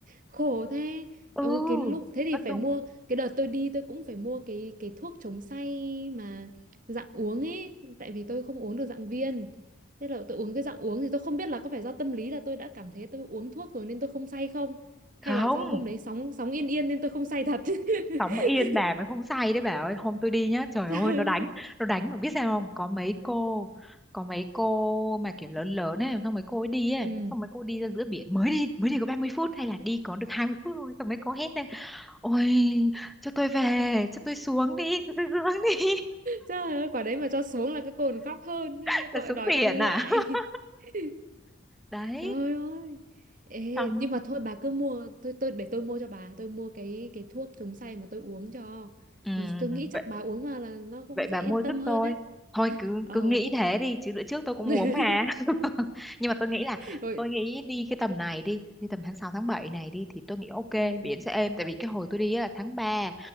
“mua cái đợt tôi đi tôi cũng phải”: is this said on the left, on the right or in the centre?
Right